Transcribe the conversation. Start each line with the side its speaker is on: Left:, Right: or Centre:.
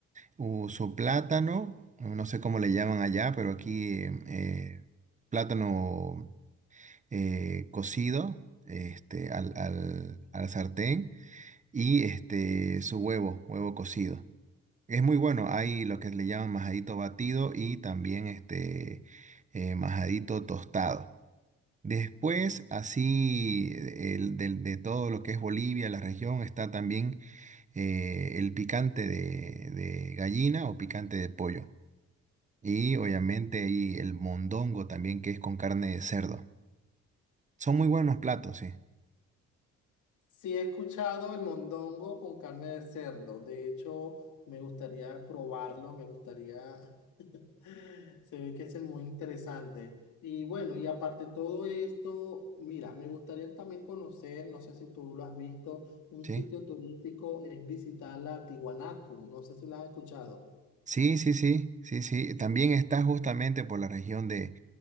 Right: uso plátano, no sé cómo le llaman allá, pero aquí eh, eh, plátano eh, cocido este, al, al, al sartén y este, su huevo, huevo cocido. Es muy bueno, hay lo que le llaman majadito batido y también este eh, majadito tostado. Después, así, el, del- de todo lo que es Bolivia, la región, está también eh, el picante de, de gallina o picante de pollo. Y obviamente hay el mondongo también, que es con carne de cerdo. Son muy buenos platos, sí.
Left: Sí, he escuchado el mondongo con carne de cerdo, de hecho, me gustaría probarlo, me gustaría <laughs> <laughs> Se ve que es muy interesante. Y bueno, y aparte de todo esto, mira, me gustaría también conocer, no sé si tú lo has visto, un
Right: Sí,
Left: sitio turístico es visitar la Tiwanaku, no sé si lo has escuchado.
Right: sí, sí, sí, sí, sí. También está justamente por la región de,